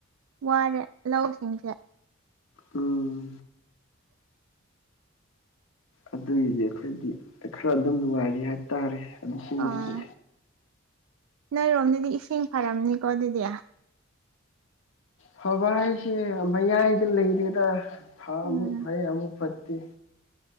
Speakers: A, on the right (about 80°); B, on the left (about 75°).
A: ꯋꯥꯔꯦ ꯂꯧꯁꯤꯡꯁꯦ
B: ꯎꯝ ꯑꯗꯨꯒꯤꯗꯤ ꯑꯈꯣꯏꯗꯤ ꯈꯔ ꯑꯗꯨꯝ ꯅꯨꯡꯉꯥꯏꯔꯤ ꯍꯥꯏꯇꯥꯔꯦ ꯏꯁꯤꯡꯒꯤꯗꯤ
A: ꯑꯥ ꯅꯣꯏꯔꯣꯝꯗꯗꯤ ꯏꯁꯤꯡ ꯐꯔꯝꯅꯤꯀꯣ ꯑꯗꯨꯗꯤ
B: ꯐꯕ ꯍꯥꯏꯁꯦ ꯃꯌꯥꯏꯗ ꯂꯩꯔꯦꯗ ꯊꯥ
A: ꯎꯝ
B: ꯑꯃꯨꯛ ꯐꯩ ꯑꯃꯨꯛ ꯐꯠꯇꯦ